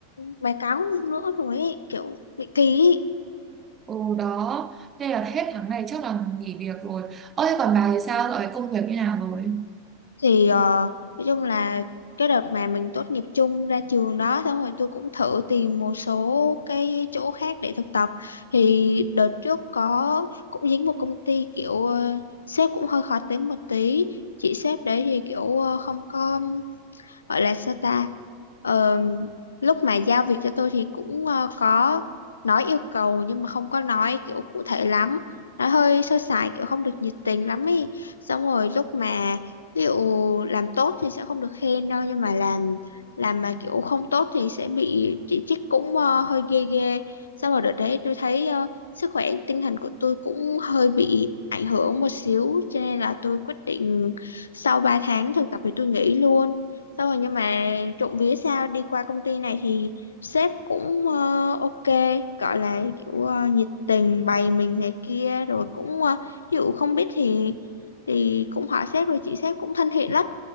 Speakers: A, on the left; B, on the right.
A: báo cáo nữa rồi ấy, kiểu bị kỳ ấy.
B: ồ đó nên là hết tháng này chắc là nghỉ việc rồi ơ thế còn bà thì sao rồi công việc như nào rồi
A: thì ờ, nói chung là cái đợt mà mình tốt nghiệp chung ra trường đó xong rồi tôi cũng thử tìm một số cái chỗ khác để thực tập thì đợt trước có cũng dính một công ty kiểu ờ, sếp cũng hơi khó tính một tí chị sếp đấy thì kiểu ờ, không có gọi là sao ta Ờ, lúc mà giao việc cho tôi thì cũng ờ, có nói yêu cầu nhưng mà không có nói kiểu cụ thể lắm nói hơi sơ sài kiểu không được nhiệt tình lắm ý xong rồi lúc mà ví dụ làm tốt thì sẽ không được khen đâu nhưng mà làm làm mà kiểu không tốt thì sẽ bị chỉ trích cũng ờ, hơi ghê ghê xong rồi đợt đấy tôi thấy ờ, sức khỏe tinh thần của tôi cũng hơi bị ảnh hưởng một xíu cho nên là tôi quyết định sau 3 tháng thực tập thì tôi nghỉ luôn Xong rồi nhưng mà trộm vía sao đi qua công ty này thì sếp cũng ờ, ok, gọi là kiểu ờ, nhiệt tình bày mình này kia rồi cũng ờ, ví dụ không biết thì thì cũng hỏi sếp rồi chị sếp cũng thân thiện lắm.